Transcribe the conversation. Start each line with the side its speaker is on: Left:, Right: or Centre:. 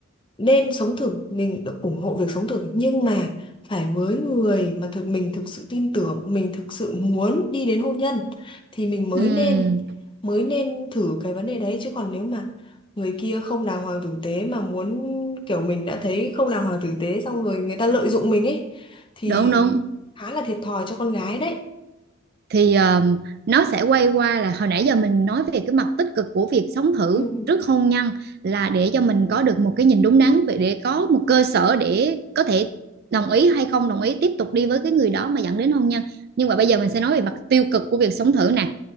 Left: nên sống thử, mình được ủng hộ việc sống thử nhưng mà phải với người mà thực mình thực sự tin tưởng, mình thực sự muốn đi đến hôn nhân thì mình mới
Right: Ừm,
Left: nên mới nên thử cái vấn đề đấy chứ còn nếu mà người kia không đàng hoàng tử tế mà muốn kiểu mình đã thấy không đàng hoàng tử tế xong rồi người ta lợi dụng mình ấy thì
Right: đúng đúng.
Left: khá là thiệt thòi cho con gái đấy.
Right: Thì um, nó sẽ quay qua là hồi nãy giờ mình nói về cái mặt tích cực của việc sống thử
Left: Ừ.
Right: trước hôn nhân là để cho mình có được một cái nhìn đúng đắn về để có một cơ sở để có thể đồng ý hay không đồng ý tiếp tục đi với cái người đó mà dẫn đến hôn nhân. Nhưng mà bây giờ mình sẽ nói về mặt tiêu cực của việc sống thử nè